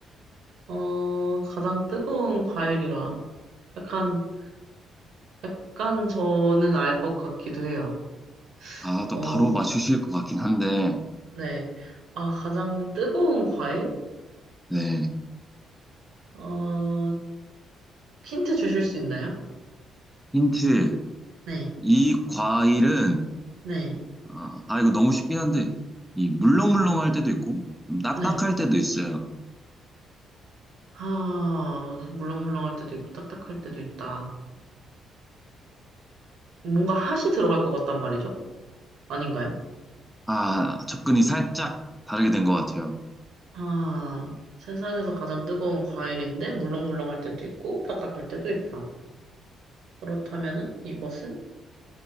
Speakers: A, on the right; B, in the centre.
A: 어, 가장 뜨거운 과일이라. 약간, 약간 저는 알 것 같기도 해요.
B: 아, 또
A: 어,
B: 바로 맞추실 것 같긴 한데,
A: 네. 아, 가장 뜨거운 과일?
B: 네.
A: 어, 힌트 주실 수 있나요?
B: 힌트.
A: 네.
B: 이 과일은
A: 네.
B: 아, 아, 이거 너무 쉽긴 한데 이 물렁물렁할 때도 있고 좀 딱딱할
A: 네.
B: 때도 있어요.
A: 아, 물렁물렁할 때도 있고 딱딱할 때도 있다. 뭔가 핫이 들어갈 것 같단 말이죠? 아닌가요?
B: 아 접근이 살짝 다르게 된 것 같아요.
A: 아, 세상에서 가장 뜨거운 과일인데 물렁물렁할 때도 있고 딱딱할 때도 있어. 그렇다면은 이것은